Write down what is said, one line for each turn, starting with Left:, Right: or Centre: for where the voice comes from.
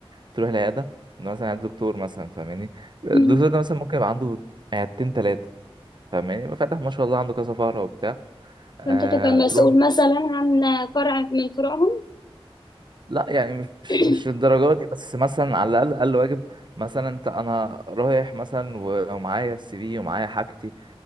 Right: تروح العياده مثلا عند دكتور مثلا فاهماني الدكتور
Left: مم.
Right: ده مثلا ممكن يبقى عنده عيادتين ثلاثه فاهماني يبقى فاتح ما شاء الله عنده كذا فقره وبتاع آه
Left: فانت تبقى مسؤول
Right: تروح
Left: مثلا عن فرع من فروعهم
Right: لا يعني
Left: <coughs>
Right: مش
Left: <clears throat>
Right: مش الدرجة دي بس مثلا على الأقل أقل واجب مثلا أنت أنا رايح مثلا و- ومعايا السي في ومعايا حاجتي